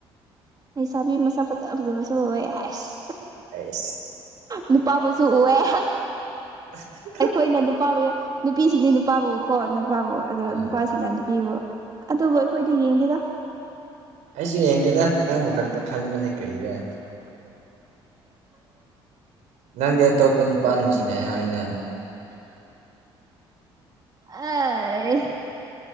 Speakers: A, on the right (about 30°); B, on the right (about 65°).
A: ꯂꯩꯁꯥꯕꯤ ꯃꯁꯥ ꯐꯖ ꯐꯖ ꯃꯁꯨ ꯑꯣꯏꯦ ꯑꯁ
B: ꯑꯩꯁ
A: ꯅꯨꯄꯥꯕꯨꯁꯨ ꯎꯑꯦ
B: <unintelligible>
A: ꯑꯩꯈꯣꯏꯅ ꯅꯨꯄꯥꯕꯨ ꯅꯨꯄꯤꯁꯤꯡꯗꯤ ꯅꯨꯄꯥꯕꯨ ꯀꯣ ꯅꯨꯄꯥꯕꯨ ꯑꯗꯣ
B: ꯑꯥ
A: ꯅꯨꯄꯥꯁꯤꯅ ꯅꯨꯄꯤꯕꯨ ꯑꯗꯨꯕꯨ ꯑꯩꯈꯣꯏꯗꯤ ꯌꯦꯡꯗꯦꯗ
B: ꯑꯩꯁꯨ ꯌꯦꯡꯗꯦꯗ ꯅꯪꯕꯨ ꯈꯛꯇ ꯈꯟꯕꯅꯦ ꯀꯔꯤꯔꯦ ꯅꯪꯗꯤ ꯑꯇꯣꯞꯄ ꯅꯨꯄꯥ ꯅꯨꯡꯁꯤꯤꯅꯦ ꯍꯥꯏꯅ
A: ꯑꯦ